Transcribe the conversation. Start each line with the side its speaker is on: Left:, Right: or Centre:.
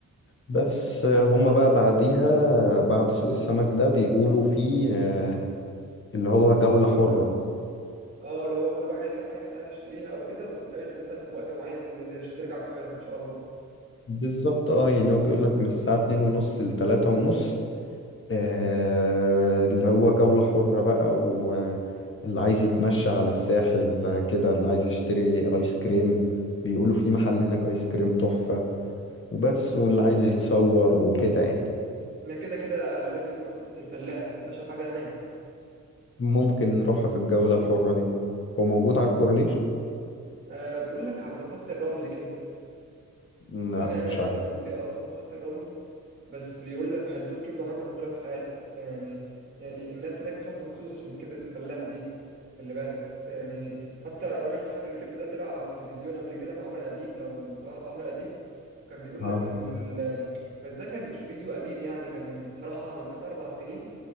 Left: بس هما بقى بعديها بعد سوق السمك ده بيقولوا فيه آه، اللي هو جولة حرة
Right: اه لو هو كل واحد يروح اي حته عايز يشتريها او كده ونتقابل مثلا في وقت معين عشان نرجع القاهره ان شاء الله
Left: بالظبط اه يعني هو بيقولك من الساعة اتنين ونص لتلاتة ونص آه، اللي هو جولة حرة بقى واللي عايز يتمشى على الساحل آه، كده اللي عايز يشتري ايس كريم بيقولوا في محل هناك ايس كريم تحفة وبس واللي عايز يتصور وكده يعني
Right: احنا كده كده لازم نروح كبده الفلاح دي اشهر حاجه هناك
Left: ممكن نروحها في الجولة الحرة دي هو موجود
Right: اه
Left: على الكورنيش؟
Right: آه، بيقول لك عند محطه الرمل كده
Left: لا
Right: حاجه
Left: مش
Right: هناك كده منطقه اسمها محطه الرمل بس بيقول لك هتدوق كبده عمرك ما هتاكلها في حياتك يعني يعني الناس هناك بتروح مخصوص عشان كبده الفلاح دي خلي بالك يعني حتى راجل صاحب الكبده ده طلع على التلفزيون قبل كده مع عمرو اديب لو تعرف عمرو اديب كان بيقول
Left: عارف
Right: لك ان ال... بس ده كان مش فيديو قديم يعني كان من صراحه من 3 4 سنين